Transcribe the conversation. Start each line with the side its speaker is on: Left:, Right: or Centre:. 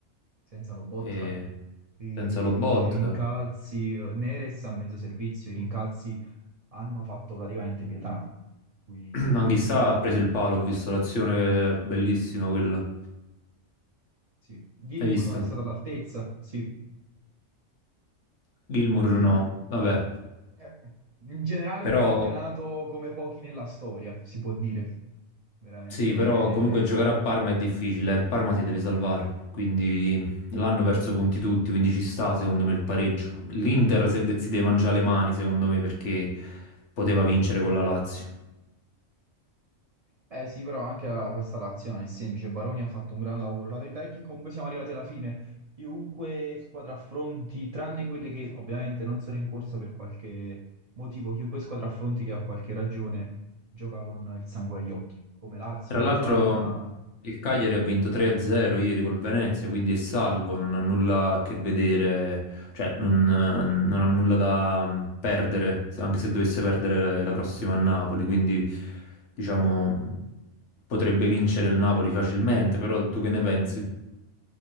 Right: senza Lobotka.
Left: e
Right: I
Left: senza Lobotka.
Right: rincalzi, Neres a mezzo servizio, i rincalzi hanno fatto praticamente pietà. Qui,
Left: <clears throat> Anch'issa ha preso il palo, ho visto l'azione che è bellissima quella.
Right: sì. Gilmour
Left: Hai visto?
Right: non è stato all'altezza, sì.
Left: Gilmour
Right: Sì,
Left: no, vabbè.
Right: eh, in generale
Left: Però
Right: un campionato come pochi nella storia, si può dire. Veramente
Left: sì, però comunque giocare a Parma è difficile, eh. Il Parma si deve salvare, quindi l'hanno perso punti tutti, quindi ci sta secondo me il pareggio. L'Inter se- de- si deve mangiare le mani secondo me perché poteva vincere con la Lazio.
Right: Eh sì, però anche la- questa l'azione è semplice. Baroni ha fatto un gran lavoro. La verità è che comunque siamo arrivati alla fine. Chiunque squadra affronti, tranne quelle che ovviamente non sono in corsa per qualche motivo, chiunque squadra affronti che ha qualche ragione gioca con il sangue agli occhi, come Lazio,
Left: Tra
Right: come
Left: l'altro
Right: Parma,
Left: il Cagliari ha vinto 3-0 ieri col Venezia, quindi è salvo, non ha nulla a che vedere, cioè non, eh, non ha nulla da mm, perdere, se- anche se dovesse perdere la prossima a Napoli, quindi diciamo potrebbe vincere il Napoli facilmente, però tu che ne pensi?